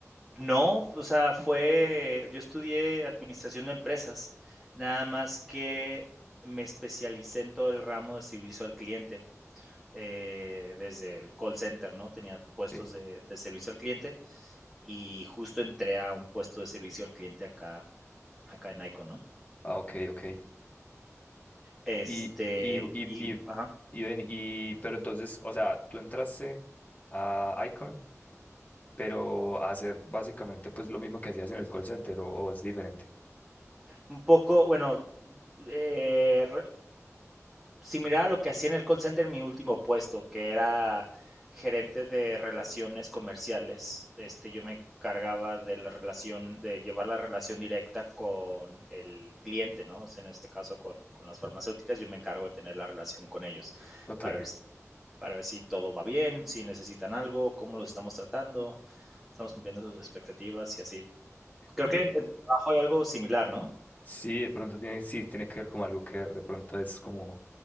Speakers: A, in the centre; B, on the left (about 35°).
A: No, o sea, fue yo estudié administración de empresas, nada más que me especialicé en todo el ramo de servicio al cliente, eh, desde el call center, ¿no? Tenía puestos
B: Sí.
A: de, de servicio al cliente y justo entré a un puesto de servicio al cliente acá, acá en Icon, ¿no?
B: Ah, ok, ok.
A: Este,
B: Y, y, y,
A: y,
B: y,
A: ajá,
B: y ven, y, pero entonces, o sea, tú entraste a Icon. pero hacer básicamente pues lo mismo que hacías en el call center o, o es diferente.
A: un poco, bueno, eh, re- Similar a lo que hacía en el call center en mi último puesto, que era gerente de relaciones comerciales. Este, yo me encargaba de la relación, de llevar la relación directa con el cliente, ¿no? O sea, en este caso con, con las farmacéuticas, yo me encargo de tener la relación con ellos
B: Ok.
A: para ver si para ver si todo va bien, si necesitan algo, cómo los estamos tratando, estamos cumpliendo sus expectativas y así. Creo
B: Ve-
A: que en, en tu trabajo hay algo similar, ¿no?
B: Sí, de pronto tiene, sí, tiene que ver como algo que ver, de pronto es como,